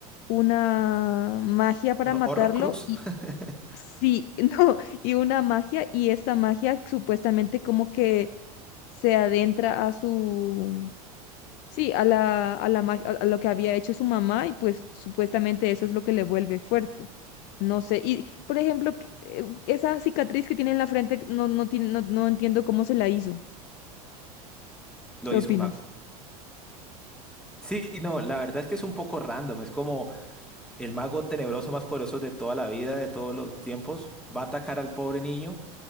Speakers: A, on the left (about 60°); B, in the centre.
A: Una magia para
B: Uno,
A: matarlo
B: Horrocrux
A: y
B: <laughs>
A: sí, <laughs> no, y una magia y esta magia supuestamente como que se adentra a su Sí, a la, a la, mag- a a lo que había hecho su mamá y pues supuestamente eso es lo que le vuelve fuerte. No sé, y por ejemplo, que- eh, esa cicatriz que tiene en la frente, no, no, tiene, no, no entiendo cómo se la hizo.
B: lo
A: ¿Qué
B: hizo
A: opinas?
B: un mago. Sí, no, la verdad es que es un poco random. Es como el mago tenebroso más poderoso de toda la vida, de todos los tiempos, va a atacar al pobre niño.